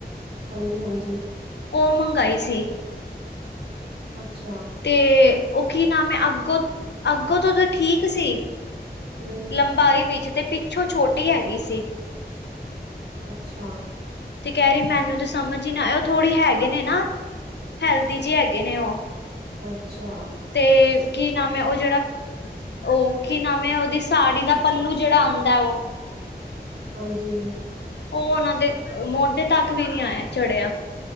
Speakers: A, on the right (about 65°); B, on the left (about 85°).
A: ਹਂਜੀ, ਹਂਜੀ।
B: ਔਹ ਮੰਗਾਈ ਸੀ।
A: ਅੱਛਾ।
B: ਤੇ ਔਹ ਕੀ ਨਾਮ ਏ ਅੱਗੋ ਅੱਗੋਂ ਤੋ ਤੇ ਠੀਕ ਸੀ।
A: ਹੂੰ।
B: ਲੰਬਾਈ ਵਿੱਚ ਤੇ ਪਿੱਛੋਂ ਛੋਟੀ ਹੈਗੀ ਸੀ।
A: ਅੱਛਾ।
B: ਤੇ ਕਹਿ ਰਹੀ ਮੈਨੂੰ ਤੇ ਸਮਝ ਹੀ ਨਾ ਆਏ। ਔਹ ਥੋੜੀ ਹੈਗੇ ਨੇ ਨਾ ਹੈਲਦੀ ਜਿ ਹੈਗੇ ਨੇ ਔਹ
A: ਅੱਛਾ।
B: ਤੇ ਕੀ ਨਾਮ ਏ ਔਹ ਜਿਹੜਾ ਔਹ ਕੀ ਨਾਮ ਔਦੀ ਸਾੜੀ ਦਾ ਪੱਲੂ ਜਿਹੜਾ ਆਂਦਾ ਔਹ
A: ਹਂਜੀ।
B: ਔਹ ਉਨਾਂ ਦੇ ਮੋਢੇ ਤੱਕ ਵੀ ਨਹੀਂ ਆਏ ਚੜਿਆ।